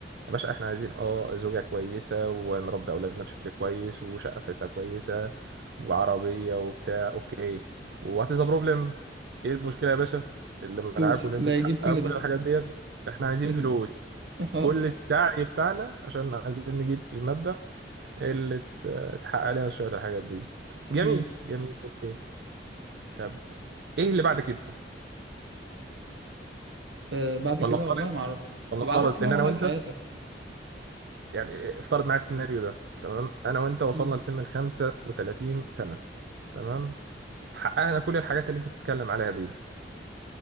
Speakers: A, on the right; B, on the right.
A: يا باشا احنا عايزين اه زوجه كويسه ونربي اولادنا بشكل كويس وشقه في حته كويسه وعربيه وبتاع اوكي وات از بروبلم ايه المشكله يا باشا اللي منعاكم
B: فلوس
A: ان انتوا
B: اللي هيجيب
A: تحققوا
B: كل
A: كل
B: ده
A: الحاجات ديت احنا عايزين
B: ال...
A: فلوس
B: اه
A: كل السعي بتاعنا عشان عايزين نجيب المادة إيه اللي ت- اتحقق لنا شوية الحاجات دي جميل
B: امم
A: جميل اوكي طب ايه اللي بعد كده
B: آه بعد كده
A: ولا افترض
B: والله ما اعرفش
A: ولا
B: بيبقى
A: افترض
B: على حسب بقى
A: ان
B: مرحله
A: انا وانت
B: حياتك
A: يعني افترض معايا السيناريو ده تمام انا وانت وصلنا
B: امم
A: لسن ال 35 سنة تمام حققنا كل الحاجات اللي انت بتتكلم عليها دي